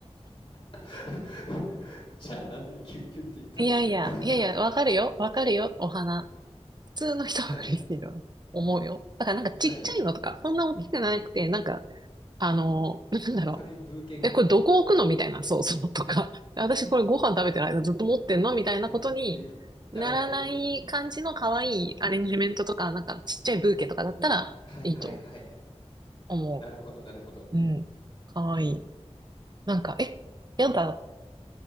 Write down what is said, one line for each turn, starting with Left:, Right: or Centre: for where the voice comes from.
Left: <laughs> じゃあ、なんでキュンキュンって言ったんですか？
Right: <laughs> いやいや、
Left: <laughs>
Right: いやいや、わかるよ。わかるよ。お花。普通の人は嬉しいと思うよ。
Left: はい、
Right: だからなんかちっちゃいのとか、
Left: はい。
Right: そんな大きくなくて、なんか、あの、なんだろ
Left: 軽いブーケぐらいっ
Right: う。え、これどこ置くのみたいな、そうそうとか。私これご飯食べてる間ずっと持ってんのみたいなことにならない感じの可愛いアレンジメントとか、
Left: てのっていうふうにならないように
Right: なんかちっちゃいブーケとかだったらいいと
Left: はいはいはい。
Right: 思
Left: なるほどなるほど。
Right: う。うん。可愛い。なんか、え、やだ、